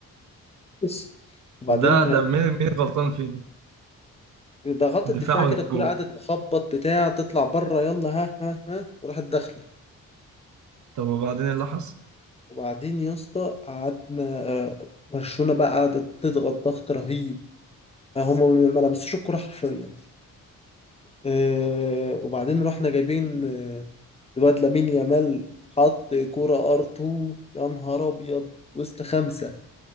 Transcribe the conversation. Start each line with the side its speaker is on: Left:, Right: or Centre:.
Left: بص وبعدين
Right: طب ده ده مين مين غلطان فيه ده؟
Left: ضغطت
Right: الدفاع
Left: الدفاع كده
Right: ولا الجون؟
Left: الكرة قعدت تخبط بتاع تطلع بره يلا ها ها ها وراحت داخلة
Right: طب وبعدين ايه اللي حصل؟
Left: وبعدين يا اسطى قعدنا آه، برشلونة بقى قعدت تضغط ضغط رهيب آه، هم ما لمسوش الكرة حرفيا آه، وبعدين رحنا جايبين آه، الواد لامين يامال حط كرة ار 2 يا نهار ابيض وسط خمسة